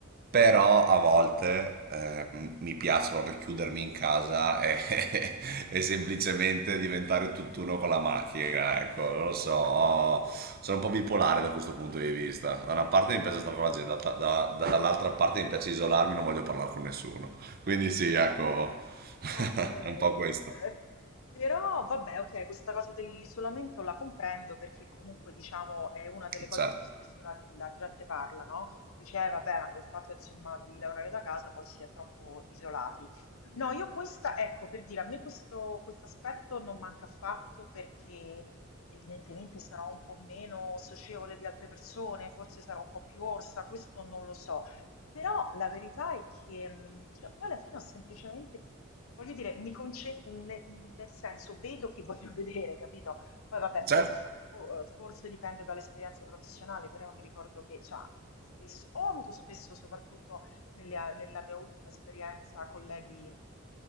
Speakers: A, on the right; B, on the left.
A: però a volte eh, mi piace proprio chiudermi in casa e, <laughs> e semplicemente diventare tutt'uno con la macchina, ecco, non lo so, ho- sono un po' bipolare da questo punto di vista. Da una parte mi piace
B: Mm.
A: stare con la gente, da- da- da- dall'altra parte mi piace isolarmi, non voglio parlare con nessuno. Quindi sì, ecco, <laughs>
B: Ok, eh,
A: è un po' questo.
B: però vabbè, ok, questa cosa dell'isolamento la comprendo perché comunque diciamo è una delle cose
A: Certo,
B: di cui spesso la, la gente parla, no? Diceva, vabbè, ma col fatto insomma di lavorare da casa poi si è troppo isolati. No, io questa, ecco, per dire, a me questo questo aspetto non manca affatto perché evidentemente sarò un po' meno socievole di altre persone, forse sarò un po' più orsa, questo non lo so. Però la verità è che, mhmm, cioè poi alla fine ho semplicemente voglio dire, mi conce ne nel senso, vedo chi voglio <laughs> vedere, capito? Poi vabbè, fo
A: certo,
B: fo uhm, forse dipende dall'esperienza professionale, però mi ricordo che, insomma, spess ho avuto spesso, soprattutto nelle a nella mia ultima esperienza, colleghi,